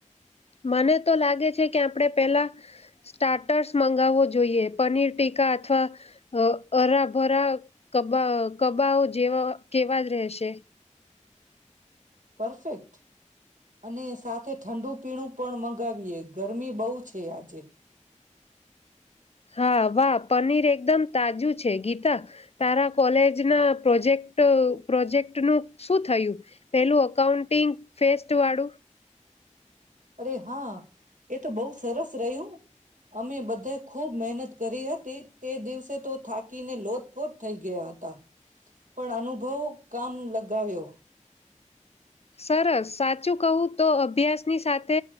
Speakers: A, on the left; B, on the right.
A: મને તો લાગે છે કે આપણે પેલા સ્ટાર્ટર્સ મંગાવવો જોઈએ પનીર ટીકા અથવા હરાભરા કબા કબાઓ જેવા કેવા જ રહેશે.
B: પરફેક્ટ અને સાથે ઠંડુ પીણું પણ મગાવીએ ગરમી બહુ છે આજે.
A: હા વાહ પનીર એક એકદમ તાજું છે ગીત. તારા કોલેજ ના પ્રોજેક્ટ પ્રોજેક્ટ નું શું થયું પેલું અઉન્ટિંગ ફેસ્ટ વાળું.
B: અરે હા એ તો બહુ સરસ રહ્યું અમે બધા ખુબ મહેનત કરી હતી તે દિવસે તો થાકીને લોતપોત થઈ ગયા હતા પણ અનુભવ કામ લગાવ્યો.
A: સરસ સાચું કહું તો અભ્યાસની સાથે